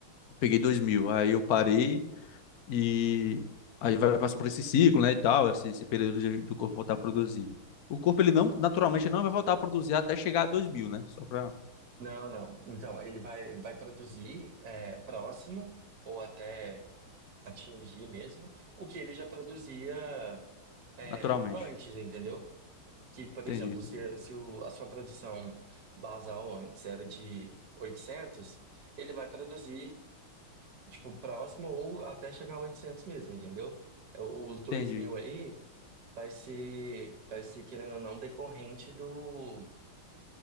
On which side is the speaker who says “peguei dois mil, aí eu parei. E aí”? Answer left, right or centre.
Left